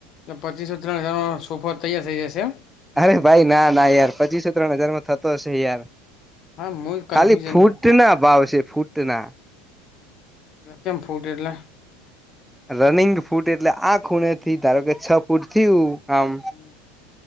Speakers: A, on the left; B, in the centre.
A: એ પચીસો ત્રણ હજારમાં સોફા તૈયાર થઈ જશે એમ?
B: અરે ભાઈ ના ના યાર પચીસો ત્રણ હજાર માં થતો હશે યાર,
A: હા હું કન્ફ્યુઝન
B: ખાલી ફૂટ ફૂટના ભાવ છે ફૂટના
A: એ કેમ ફૂટ એટલે
B: રનિંગ ફૂટ એટલે આ ખૂણે થી ધારો કે છ ફૂટ થીયું આમ
A: હમ